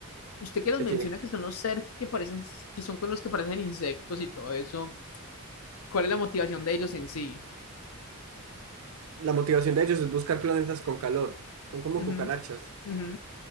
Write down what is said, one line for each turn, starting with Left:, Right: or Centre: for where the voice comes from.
Left: Usted que los
Right: Que
Left: menciona
Right: tiene...
Left: que son los Zerg que parecen, que son con los que parecen insectos y todo eso, ¿cuál es la motivación de ellos en sí?
Right: La motivación de ellos es buscar planetas con calor. Son como
Left: Ujú,
Right: cucarachas.
Left: ujú.